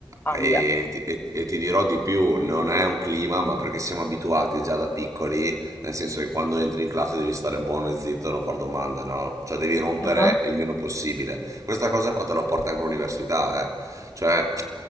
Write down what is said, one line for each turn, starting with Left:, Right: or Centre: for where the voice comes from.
Right: e,
Left: Aia.
Right: ti e- e ti dirò di più, non è un clima, ma perché siamo abituati già da piccoli, nel senso che quando entri in classe devi stare buono e zitto e non far domande, no? Cioè devi rompere
Left: Ah. ah.
Right: il meno possibile. Questa cosa qua te la porta anche all'università, eh? Cioè,